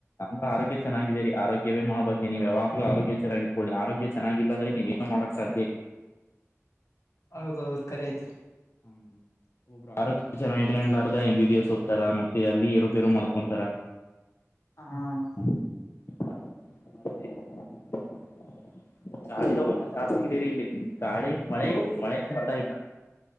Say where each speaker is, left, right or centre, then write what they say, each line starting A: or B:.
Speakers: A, on the left (about 50°); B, on the left (about 70°).
A: ಮ ಆರೋಗ್ಯ ಚೆನ್ನಾಗಿದೇರಿ ಆರೋಗ್ಯವೇ ಮಹಾ ಭಾಗ್ಯ ನೀವು ಯಾವಾಗಲ ಆರೋಗ್ಯ ಚೆನ್ನಾಗಿಟ್ಕೊಳ್ಳಿ ಆರೋಗ್ಯ ಚನ್ನಾಗಿಲ್ಲಂದ್ರೆ ನೀವೆ ನ ಮಾಡಕ್ ಸಾಧ್ಯ ಇಲ್ಲ
B: ಹೌದ್ ಹೌದ್ ಖರೆ ಐತ್ರಿ <inaudible>
A: ಹ್ಮ್ ಆರೋಗ್ಯ ಚೆನ್ನ ಇಕೊಂಡ್ಲಾರದ ಎಂಬ ಬಿ ಬಿ ಎಸ್ ಓದ್ತಾರ ಮತ್ತೆ ಅಲ್ಲಿ ಏರುಪೇರು ಮಾಡ್ಕೊಂತರ
B: ಹಾ
A: <inaudible> ಗಾಳಿ ಹೌಮನ ಜಾಸ್ತಿ ಇದೀರಿ ಇಲ್ಲಿ ಗಾಳಿ ಮಳೆ
B: ಹೌದ್ರಿ
A: ಮಳೆ
B: ಗ
A: ಬರ್ತಾ ಇಲ್ಲ